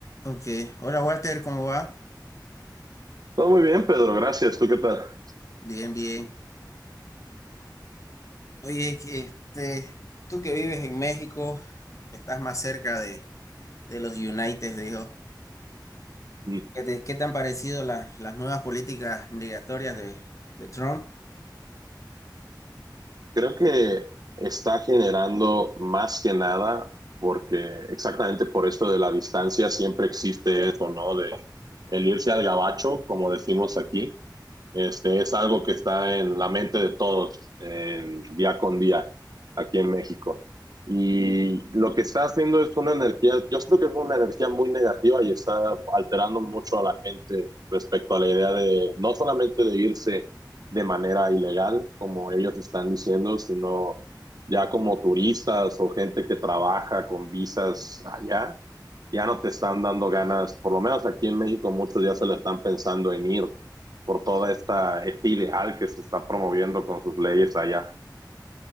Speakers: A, on the left; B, on the right.
A: Ok, hola Walter, ¿cómo va?
B: Todo muy bien, Pedro, gracias. ¿Tú qué tal?
A: Bien, bien. Oye, que, este, tú que vives en México, estás más cerca de, de los United, dijo.
B: Mm,
A: ¿Qué te, qué te han parecido las, las nuevas políticas migratorias de, de Trump?
B: Creo que está generando más que nada porque exactamente por esto de la distancia siempre existe eso, ¿no? De el irse al gabacho, como decimos aquí, este, es algo que está en la mente de todos en día con día aquí en México. Y lo que está haciendo es una energía, yo creo que es una energía muy negativa y está alterando mucho a la gente respecto a la idea de no solamente de irse de manera ilegal, como ellos están diciendo, sino ya como turistas o gente que trabaja con visas allá, ya no te están dando ganas, por lo menos aquí en México muchos ya se la están pensando en ir por toda esta este ideal que se está promoviendo con sus leyes allá.